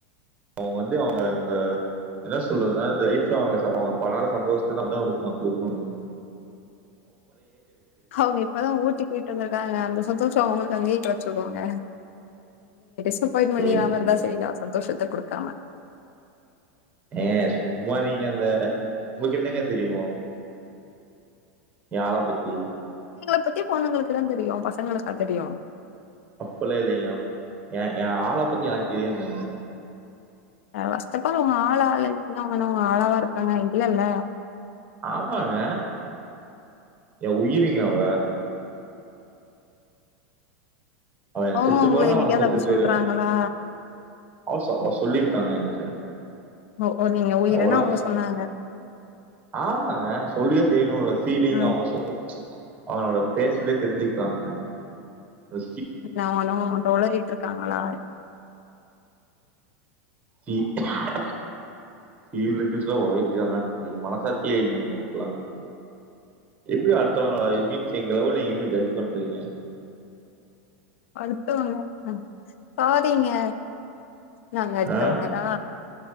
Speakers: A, on the right; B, on the left.
A: அவன் வந்து அவுங்க இந்த என்ன சொல்றதுனா லைஃப்ல அவுங்க பலான சந்தோஷத்த தான் இருக்கு நான் அவனுக்கு குடுக்கனும்
B: அவுங்க இப்பதான் ஊட்டி போயிட்டு வந்திருக்காங்க அந்த புதுசா உங்களுக்காகவே களச்சுடுவாங்க துப்பரியும் பணி
A: ஏ-
B: அவர் தான் செய் சந்தோஷத்த குடுக்காம
A: ஏ சும்மா நீங்க அந்த உங்களுக்கு என்னங்க தெரியும் யார பத்தி
B: இப்பத்திய பொண்ணுங்களுக்கு தான் தெரியும் பசங்களுக்கா தெரியும்
A: அப்பிடில்லாம் இல்லைங்க என் என் ஆள பத்தி எனக்கு தெரியுங்க
B: ஆ பஸ்ட் அப்ப அவுங்க ஆளா ஆளு இன்னும்வங்கன்னா அவுங்க ஆளாவா இருக்காங்க இல்லல்ல
A: ஆமாங்க என் உயிருங்க அவ அவ என்ன
B: அவங்க
A: செத்து
B: உங்கள
A: போன்னா
B: என்னைக்காவது
A: அவள செத்து
B: அப்டி
A: போயிருவேன்
B: சொல்றாங்களா
A: அவச அவ சொல்லிரு ட்டாங்க ஏ கிட்ட
B: ஓ நீங்க உயிருன்னு
A: அவுங்களா,
B: அவங்க சொன்னாங்க
A: ஆமாங்க சொல்லிதா தெரியணு இல்ல சீலிங்
B: ம்
A: அவங்க சொல் அவங்களோட ஃபேஸ்லே தெரிஞ்சிக்கலாங்க அத
B: நா ஒன்னு ஒன்ட்ட ஒளறிட்டு இருக்காங்களா?
A: ஃபீல் ஃபில் இருக்குனு சொன்னா உளறிட்டு இருக்காங்களானு சொல்றீங்க மனசாட்சியே இல்லங்க உங்களுக்குல்லா, எப்படி அடுத்தவங்க லவ்வ ஐ மீன்ஸ் எங்க லவ்வ நீங்க எப்படி ஜட்ஜ் பண்றீங்க
B: அடுத்தவங்க ஸாரிங்க நாங்க அடுத்தவங்கதா
A: ஆ